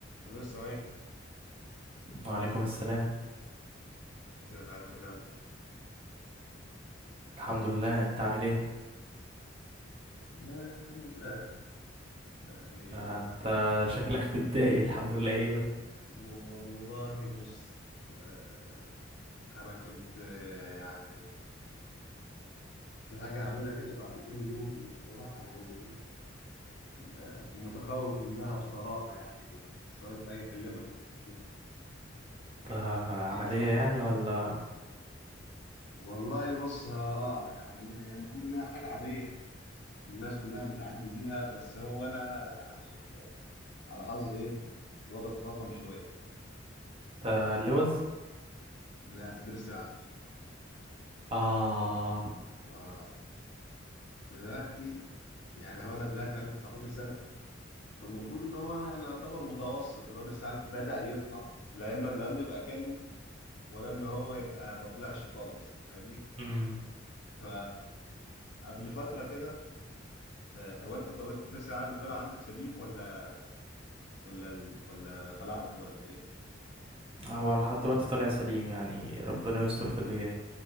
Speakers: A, on the left; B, on the right.
A: أنا لسه معاك
B: وعليكم السلام
A: حاجة من عندك
B: الحمد لله انت عامل ايه
A: والله الحمد لله يعني
B: ده انت شكلك <laughs> متضايق الحمد لله ايه بس
A: والله بص آه، أنا كنت آه، يعني في حاجة هعملها كده بعد كام يوم وبصراحة يعني إيه آه، متخوف منها بصراحة يعني بس قلت أجي أكلمك شوف
B: ده
A: يعني
B: عملية
A: إيه صاحبي
B: يعني
A: وزميلي
B: ولا
A: والله بص ها- آه يعني هي المفروض إن هي حاجة عادية الناس كلها بتعدي بيها بس هو أنا يعني على حظي إيه الوضع تفاقم شوية
B: ده اللوز
A: لا درس العقل
B: اه
A: آه، دلوقتي يعني هو انا دلوقتي عندي 19 سنه فالمفروض ان هو انا أنا يعتبر متوسط اللي هو درس عالي بدا يطلع بس لانه لانه يبقى كامل ولا ان هو يبقى ما طلعش خالص فاهمني
B: امم
A: ف قبل فتره كده آه، هو انت طب انت درس العقل طلع عندك سليم ولا ولا ولا خلعته ولا ايه
B: هو لحد دلوقتي طالع سليم يعني ربنا يستر في اللي جاي